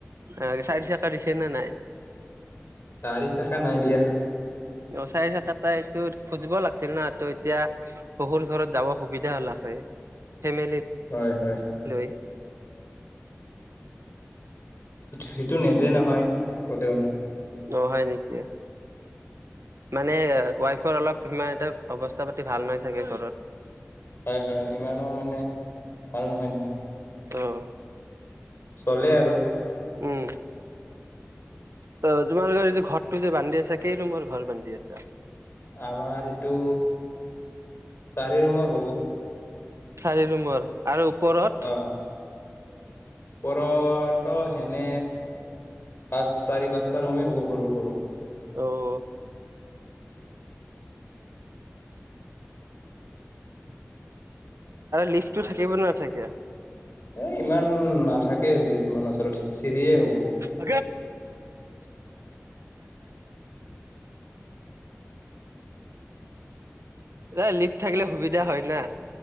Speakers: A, on the right (about 80°); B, on the left (about 55°).
A: অ' চাৰি চকা দিছে না নাই?
B: চাৰি চকা নাই দিয়া।
A: অ' চাৰি চকা তই এইটো খুজিব লাগিছিল ন, তোৰ এতিয়া শহুৰ ঘৰত যাব সুবিধা হ'লা হয়। ফেমিলি
B: হয়-হয়।
A: হেল্ল'
B: সেইটো-সেইটো নেদে নহয় ক'লে মোক।
A: অ' হয় নেকি? মানে ৱাইফৰ অলপ সিমান এটা অৱস্থা পাতি ভাল নাই চাগে ঘৰত।
B: হয়-হয়, ইমানো মানে ভাল নহয়-নহয়।
A: অ'
B: চলে আৰু।
A: উম' ত তোমাৰ যে এই যে ঘৰটো যে বান্ধি আছা কেই নম্বৰ ঘৰ বান্ধি আছা?
B: আমাৰ এইটো চাৰি নম্বৰ হ'ব।
A: চাৰি নম্বৰ আৰু ওপৰত
B: অ' ওপৰতো সেনে পাঁচ চাৰি পাঁচটা ৰুমেই হ'ব সৰু-সৰু।
A: অ' লিফটো থাকিব নাথাকে?
B: এ ইমান নাথাকে লিফট ইমান ওচৰত চিৰিয়ে হ'ব।
A: <unintelligible> এই লিফট থাকিলে সুবিধা হয় না।